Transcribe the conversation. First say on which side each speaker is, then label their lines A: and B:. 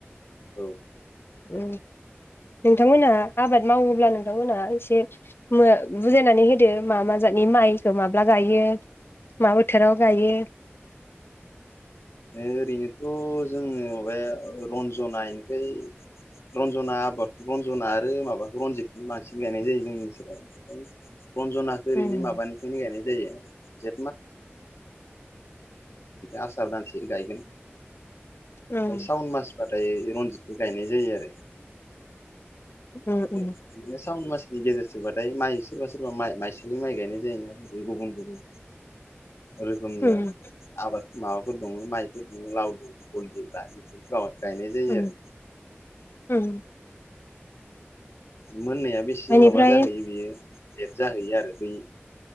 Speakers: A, on the left; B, on the left.
A: औ
B: उ। नोंथांमोनहा आबाद मावोब्ला नोंथांमोनहा एसे बुजायनानै होदो मा मा जायो। ानि माइखौ माब्ला गायो मा बोथोराव गायो?
A: ओरैनोथ' जोङो माबाया रन्जनानिफ्राय रन्जना आबादखौ रन्जना आरो माबाखौ रन्जितखौ बांसिन गायनाय जायो जोंनि ओसोलाव रन्जनाखौो
B: उम
A: ओरैनो माबानिफ्रायनो गायनायसै म गनाय ज आस एसे गायगोन
B: उम
A: ओम सावन मास हबाथाय रनजितखौ गायनाय जायो आरो
B: उम
A: बिनो
B: उम
A: साव म नि गेजेरसबाथाय माइ सोरबा सोरबा माइ माइसालि माइ गायनाय जायोनाै गुबुन गुबुन। रोखोमनिया
B: उम
A: आबाद माबाफोर दङ माइफोर दङ लावदु हलद जा बे गाव गायनाय जायो
B: उम
A: आरो।
B: उम
A: मोननाया बेसे
B: बेनिफ्राय
A: माबा जाहैयो बियो लेट जाहैयो आरो बै